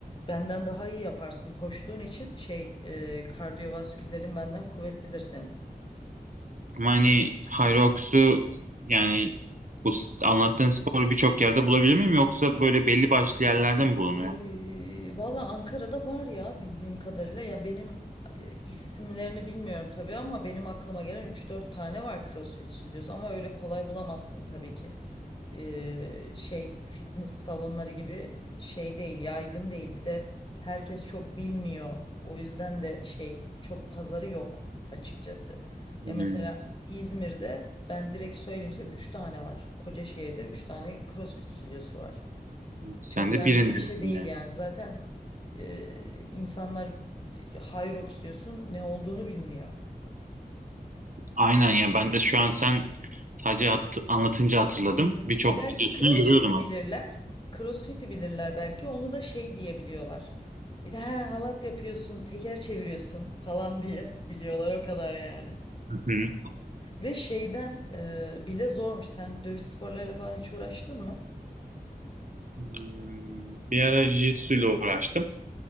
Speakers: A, on the left; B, on the right.
A: benden daha iyi yaparsın koştuğun için şey e, kardiyovaskülerin benden kuvvetlidir senin.
B: Ama hani Hyrox'u yani bu s- anlattığın sporu birçok yerde bulabilir miyim yoksa böyle belli başlı yerlerde mi bulunuyor?
A: Ee, valla Ankara'da var ya bildiğim kadarıyla ya benim e, isimlerini bilmiyorum tabii ama benim aklıma gelen üç dört tane var CrossFit stüdyosu ama öyle kolay bulamazsın tabii ki. Ee, şey fitness salonları gibi şey değil yaygın değil bir de herkes çok bilmiyor o yüzden de şey çok pazarı yok açıkçası.
B: Hmm.
A: Ya mesela İzmir'de ben direkt söyleyeyim size 3 tane var. Kocaşehir'de 3 tane CrossFit stüdyosu var.
B: Sen
A: Çok yaygın
B: de birindesin
A: bir şey değil
B: yani.
A: yani. Zaten e, insanlar Hyrox diyorsun ne olduğunu bilmiyor.
B: Aynen ya ben de şu an sen sadece hat- anlatınca hatırladım.
A: Hmm,
B: Birçok
A: ya belki
B: videosunu
A: CrossFit'i
B: görüyordum aslında.
A: bilirler. CrossFit'i bilirler belki. Onu da şey diye biliyorlar. Bir de ha, halat yapıyorsun, teker çeviriyorsun falan diye biliyorlar o kadar yani.
B: Hı hı.
A: Ve şeyden e, bile zormuş. Sen dövüş sporlarıyla falan hiç uğraştın mı?
B: Hmm, bir ara Jiu-Jitsu ile uğraştım.